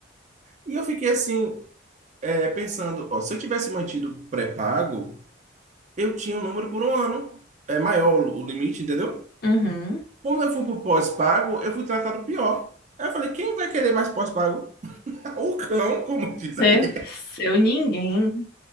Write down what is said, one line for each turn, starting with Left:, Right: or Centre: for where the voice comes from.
Right: E eu fiquei assim, é, pensando, ó, se eu tivesse mantido pré-pago, eu tinha um número por um ano. É maior o o limite, entendeu?
Left: uhum.
Right: Como eu fui pro pós-pago, eu fui tratado pior. Aí eu falei, quem vai querer mais pós-pago? <laughs> O cão, como diz aqui.
Left: Seu, seu ninguém.